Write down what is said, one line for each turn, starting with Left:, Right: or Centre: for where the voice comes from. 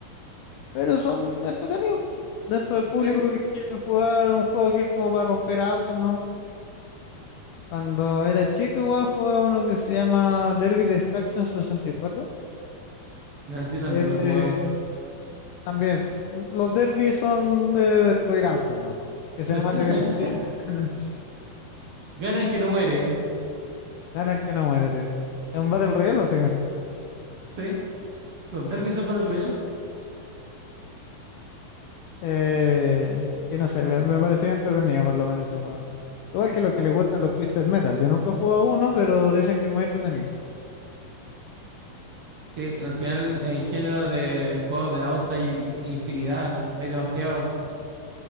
Left: Pero son entretenidos. Dentro del público
Right: Sí,
Left: que quiere jugar un juego que es como para romper autos, ¿no? Cuando era chico igual jugué uno que se llama Derby Destruction 64,
Right: No, sí, también
Left: que es
Right: lo he
Left: de...
Right: jugado.
Left: También, los derbis son de destruir autos, ¿no? Que se
Right: Este-
Left: maten.
Right: <laughs>
Left: entre ellos. <laughs>
Right: Gana el que no muere.
Left: Ganan que no muere, sí. Es un Battle Royale, básicamente.
Right: Sí, los derbys son Battle Royale.
Left: Eh, y no sé, me, me parecía entretenido por lo menos ese juego. Igual que lo que le gusta a los Twisted Metal. Yo nunca he jugado uno, pero dicen que es muy entretenido.
Right: Sí, al final en género de juegos de auto hay infinidad, hay demasiado.